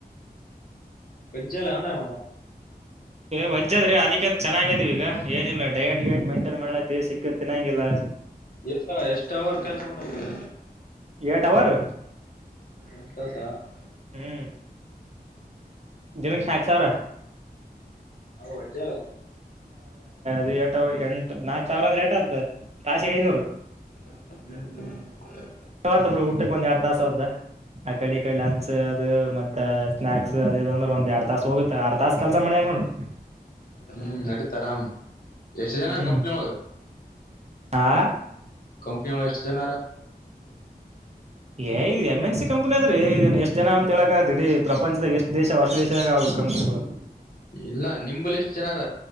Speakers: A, on the left (about 60°); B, on the right (about 40°).
A: ವಜ್ಜಲ್ ಅಂದ ಮತ್
B: ವಜ್ಜದ್ರಿ ಅದಿಂತ ಚೆನ್ನಾಗಿದಿವವಿ ಈಗ ಏನಿಲ್ಲ ಡಯಟ್ ಗೇಟ್ ಮೈಂಟೈನ್ ಮಾಡ್ಲತ್ತ ಸಿಕ್ಕದ ತಿನ್ನಂಗಿಲ್ಲಾ
A: ಎ ಎಷ್ಟ ಅವರ್ ಕೆಲ್ಸ ಮಾಡಬೇಕರೀ
B: ಏಟ್ ಅವರ್
A: <unintelligible>
B: ಹುಂ ದಿನಕ್ ನಾಕ್ ಸಾವಿರ
A: ಹೌ ವಜ್ಜಲ್
B: ದು ಎಂಟ ಅವು ನಾಕ್ ಸಾವಿರ ಅಂದ್ರೆ ಎಟ್ ಆತ ತಾಸಿಗೆ ಐನೂರು
A: ಹ <inaudible>
B: ಯಾವತ ಬಿ ಊಟಕ್ಕೆ ಒಂದ್ ಎರಡ್ ತಾಸ ಹದ್ದ ಆ ಕಡೆ ಇಕಡ್ ಲಂಚ್ ಅದು ಮತ್ತ ಸ್ನಾಕ್ಸ್ ಅದ ಅಂದ್ರೆ ಒಂದ್ ಎರಡ್ ತಾಸ್ ಹೋಗುತ್ತೆ ಆರ ತಾಸ ಕೆಲ್ಸ ಮಾಡ್ಯಂಗ ನೋಡು
A: ಹ್ಮ್ ನಡೀತ ಆರಾಮ್ ಎಷ್ಟ ಜನರ
B: ಹ್ಮ್
A: ಕಂಪ್ನಿ ಒಳಗ
B: ಆ
A: ಕಂಪ್ನಿ ಒಳಗ ಎಷ್ಟ ಜನರ ಆರ್
B: ಏ ಇದು ಎಮ್ ಎನ್ ಸಿ ಕಂಪನಿ ಅದ್ರೀ ಇದನ್ ಎಷ್ಟ್ ಜನ ಅಂತ ಹೇಳಕ್ ಇಡೀ ಪ್ರಂಚದಾಗ ಎಷ್ಟ್ ದೇಶ ವಾರತ ದೇಶದಾಗ ಕಂಪನಿಗಳು
A: ಇಲ್ಲ ನಿಂಬಲ್ಲಿ ಎಷ್ಟ ಜನಾರ